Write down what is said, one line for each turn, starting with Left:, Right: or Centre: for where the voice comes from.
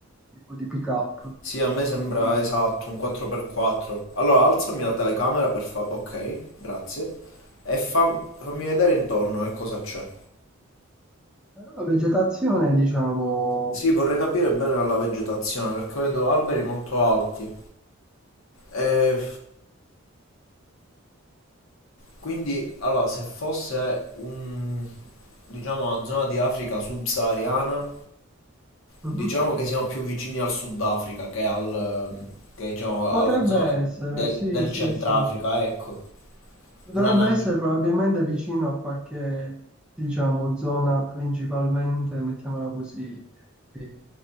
Centre: tipo di pick-up.
Left: Sì, a me sembra
Centre: Eh,
Left: esatto, un 4x4. Allora, alzami la telecamera per fa... Ok, grazie. E fam- fammi vedere intorno che cosa c'è.
Centre: La vegetazione, diciamo,
Left: Sì, vorrei capire bene la vegetazione perché vedo alberi molto alti. E quindi, allora, se fosse un, diciamo, una zona di Africa subsahariana,
Centre: mhm.
Left: diciamo che siamo più vicini al Sudafrica che al, che, diciamo,
Centre: Potrebbe
Left: alla zona
Centre: essere,
Left: del,
Centre: sì,
Left: del
Centre: sì,
Left: Centrafrica,
Centre: sì.
Left: ecco.
Centre: Dovrebbe
Left: Una Namibia.
Centre: essere probabilmente vicino a qualche, diciamo, zona principalmente, mettiamola così, eh,